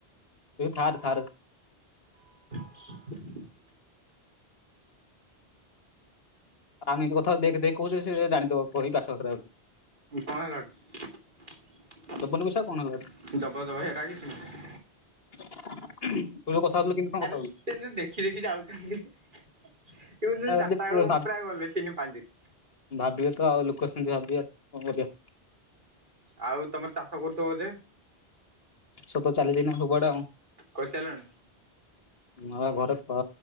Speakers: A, on the left (about 65°); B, on the right (about 50°).
A: ତୁ ଥାରେ ଥାରେ।
B: <inaudible>
A: ଆମେ ଏମିତି କଥା ହୋଉ ଦେଖେ ଦେଖେ କହୁଛେ ସେ ଜାଣିଦବ କହିିବ ଏଇ ପାଖାଆଖରେ ଅଛି।
B: କଣ ହେଲା ହେଠୁ
A: ଦବନି ପଇସା କଣ ହେଲା।
B: ଦବ ଦବ ହେରା କିଛି ନୁହଁ।
A: <unintelligible> କଥା
B: ଆବେ ସେ ଯୋଉ ଦେଖି ଦେଖି ଯାଉଛନ୍ତି। ସେ କହିଛନ୍ତି
A: ହଉଥିଲୁ
B: ଚାରିଟାଙ୍କ ପୁରା ଗଲେ ତିନି ପାଞ୍ଚି ରୁ।
A: ଭାବିବେତ ଆଉ ଲୋକ ସେମିତି ଭାବିବେ କଣ କରିବା।
B: ଆଉ ତମର ଚାଷ କରୁଛ ବୋଧେ?
A: ସବୁ ଚାଲିଛିିନା ସବୁ ଆଡେ ଆଉ।
B: କରିସାରିଲଣି?
A: <unintelligible> ଘରେ ତ